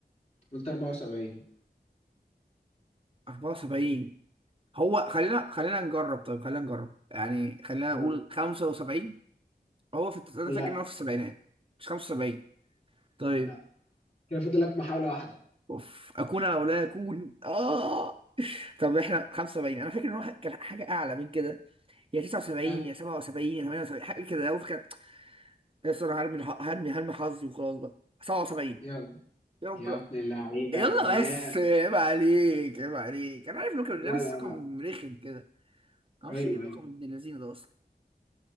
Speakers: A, on the left (about 40°); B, on the right (about 30°).
A: قلت 74
B: 74 هو خلينا خلينا نجرب طيب خلينا نجرب يعني خلينا
A: يلا
B: نقول 75 هو في الت- انا
A: لا
B: فاكر ان هو في السبعينات مش 75 طيب
A: لا كده فاضل لك محاولة واحدة
B: اوف اكون او لا اكون اه طب احنا 75 انا فاكر ان هو ح- كان حاجه اعلى من كده يا 79
A: ها
B: يا 77 يا 78 حاجه كده هو فاكر يا أسطى انا هرمي الح- هرمي هرمي حظي وخلاص بقى 77
A: يلا
B: يا رب
A: يا
B: لا
A: ابن اللعيبة
B: يلا
A: يا فنان
B: بس عيب عليك عيب عليك انا عارف رقم
A: لا
B: لابس
A: لا
B: رقم
A: لا
B: رخم كده معرفش
A: ايوه
B: ايه الرقم
A: ايوه
B: ابن اللذينه ده اصلا